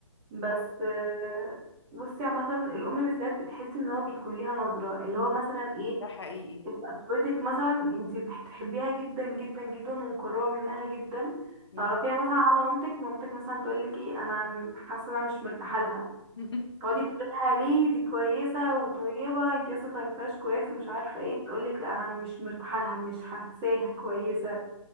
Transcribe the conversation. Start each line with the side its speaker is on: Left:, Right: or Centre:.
Right: بس
Left: مم.
Right: آه، بصي عامة الأم بالذات بتحس إن هو بيكون ليها نظرة اللي هو مثلا ايه
Left: ده حقيقي
Right: طفلتك مثلا انتي بتحبيها جدا جدا جدا ومقربة منها جدا
Left: مم.
Right: تعرفيها مثلا على مامتك مامتك مثلا تقولك ايه أنا حاسة إن أنا مش مرتاحة لها
Left: <laughs>
Right: تقعدي تقولها ليه دي كويسة وطيبة انتي لسه متعرفهاش كويس ومش عارفة ايه تقولك لا انا مش مرتاحة لها مش حاساها كويسة